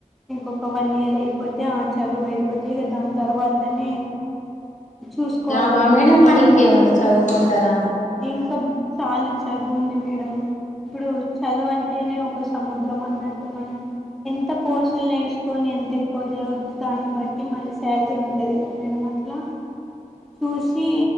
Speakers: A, in the centre; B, on the left (about 65°).
A: ఇంకొక వన్ ఇయర్ అయిపోతే ఆ చదువు అయిపోతే ఇక దాని తర్వాతనే చూసుకోవాలి
B: జాబా
A: ఒక
B: మేడం
A: మంచి
B: మరి
A: జాబ్
B: ఇంకేమన్నా చదువుకుంటారా
A: ఇంకా చాలు చదువు ఉంది మేడం ఇప్పుడు చదువు అంటేనే సముద్రం అన్నట్టు మనం ఎంత కోర్సులు నేర్చుకొని ఎంత ఎక్కువ చదువుతు దాన్ని బట్టి మన శాలరీ ఉంటుంది కదా మేడం అట్లా చూసి